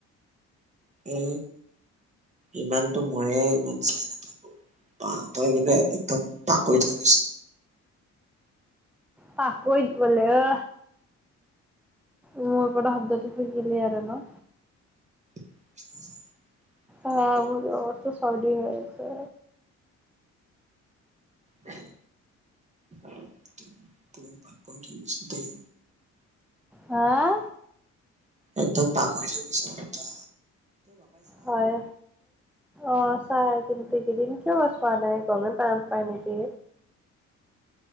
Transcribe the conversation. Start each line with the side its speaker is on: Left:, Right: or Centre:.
Right: এ ইমানতো ময়ে ইমান চাই নাথাকো প তই কিাননে একদম পাকৈ থৈ গৈছ।
Centre: পাকৈত বোলে অ মোৰ পৰা শব্দটো শুজিলে আৰু ন।
Right: <inaudible> একদম
Centre: অ আপদিয়া বস্তু চৰ্দী হয়। উ
Right: হে তো তোৰন পাকৈত হৈ গৈছো দেই
Centre: হাআ
Right: একদম পাকৈত হৈ গৈছো একদম
Centre: হয় অ চাই কিন্তু এইকেদিন কিয় বা চোৱা নাই গামে পা <unintelligible> নিকি